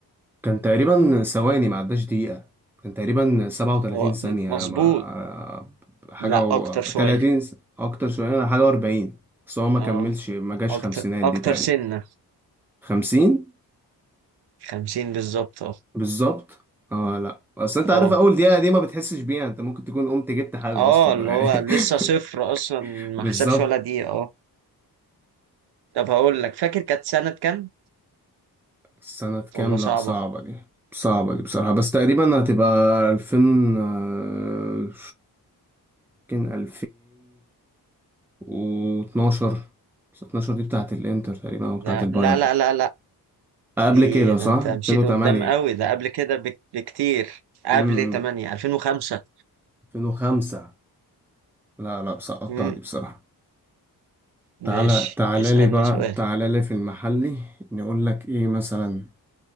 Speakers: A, in the centre; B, on the right (about 80°).
A: كان تقريبا ثواني ما عداش دقيقه كان تقريبا 37
B: هو
A: ثانيه
B: م- مظبوط
A: ما حاجه
B: لا
A: و
B: أكتر شوية
A: 30 س- اكتر شويه حاجه و40 بس هو ما كملش
B: اه
A: ما جاش
B: أكتر
A: خمسينات
B: أكتر
A: دي تقريبا
B: سنة
A: 50
B: خمسين بالظبط اه
A: بالظبط اه لا اصل انت
B: اه
A: عارف اول دقيقه دي ما بتحسش بيها انت ممكن تكون قمت جبت حاجه
B: اه
A: اصلا
B: اللي هو لسه
A: <laughs>
B: صفر اصلا ما
A: بالظبط
B: حسبش ولا دقيقة اه طب هقول لك فاكر كانت سنة كام
A: سنه كام
B: ولا صعبة
A: لا صعبه دي صعبه دي بصراحه بس تقريبا هتبقى 2000 آه، يمكن 2012 بس 12 دي بتاعه الانتر تقريبا او بتاعه
B: لا
A: البايرن
B: لا لا لا لا
A: قبل
B: دي
A: كده
B: ده
A: صح
B: انت
A: 2008
B: مشيت قدام قوي ده قبل كده بك- بكتير قبل
A: امم
B: 8 2005
A: 2005 لا لا سقطتها
B: امم
A: دي بصراحه
B: ماشي
A: تعالى تعالى
B: اسألني
A: لي بقى
B: سؤال
A: تعالى لي في المحلي نقول لك ايه مثلا